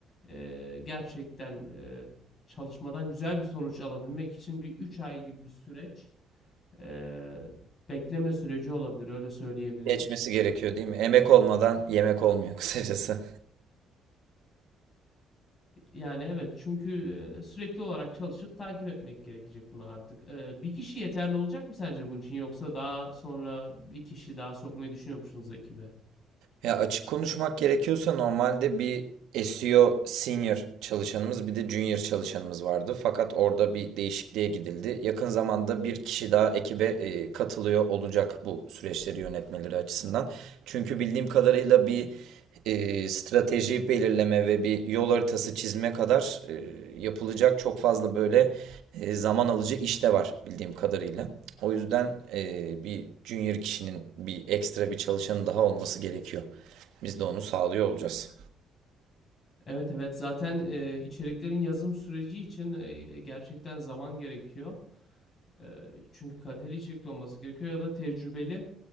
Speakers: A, on the left; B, on the right.
A: e, gerçekten e, çalışmadan güzel bir sonuç alabilmek için bir 3 ay gibi bir süreç e, bekleme süreci olabilir öyle söyleyebilirim.
B: Geçmesi gerekiyor değil mi? Emek olmadan yemek olmuyor <laughs> kısacası.
A: Yani evet çünkü e, sürekli olarak çalışıp takip etmek gerekecek bunu artık. E, bir kişi yeterli olacak mı sence bunun için yoksa daha sonra bir kişi daha sokmayı düşünüyor musunuz ekibe?
B: Ya açık konuşmak gerekiyorsa normalde bir SEO senior çalışanımız bir de junior çalışanımız vardı. Fakat orada bir değişikliğe gidildi. Yakın zamanda bir kişi daha ekibe e, katılıyor olacak bu süreçleri yönetmeleri açısından. Çünkü bildiğim kadarıyla bir e, strateji belirleme ve bir yol haritası çizme kadar e, yapılacak çok fazla böyle e, zaman alıcı iş de var bildiğim kadarıyla. O yüzden eee, bir junior kişinin bir ekstra bir çalışanı daha olması gerekiyor. Biz de onu sağlıyor olacağız.
A: Evet evet zaten e, içeriklerin yazım süreci için e, gerçekten zaman gerekiyor. E, çünkü kaliteli içerik de olması gerekiyor ya da tecrübeli